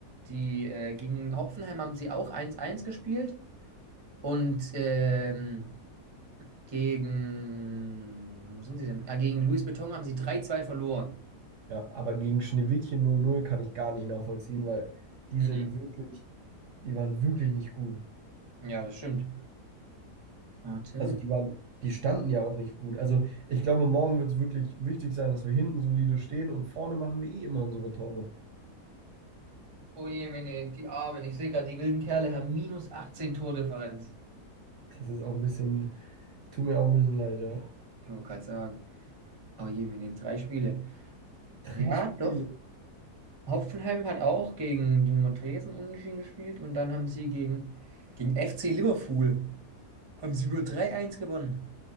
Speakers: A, on the right; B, on the right.
A: die, äh, gegen Hoffenheim haben sie auch 1-1 gespielt. Und ähm, gegen. Wo sind sie denn? Ah, gegen Louis Beton haben sie 3-2 verloren.
B: Ja, aber gegen Schneewittchen null null kann ich gar nicht nachvollziehen, weil die
A: Mhm.
B: sind wirklich, die waren wirklich nicht gut.
A: Ja, das stimmt. Warte.
B: Also die waren, die standen ja auch nicht gut. Also ich glaube, morgen wird es wirklich wichtig sein, dass wir hinten solide stehen und vorne machen wir eh immer unsere Tore.
A: Oh je, meine, die Armen. Ich sehe gerade, die wilden Kerle haben minus 18 Tordifferenz.
B: Das ist auch ein bisschen Tut mir auch ein bisschen leid, ja.
A: Ich wollte gerade sagen. Oh je, meine, drei Spiele.
B: Drei
A: Ja,
B: Spiele.
A: doch. Hoffenheim hat auch gegen den Montresen unentschieden gespielt und dann haben sie gegen, gegen FC Liverpool haben sie nur 3-1 gewonnen.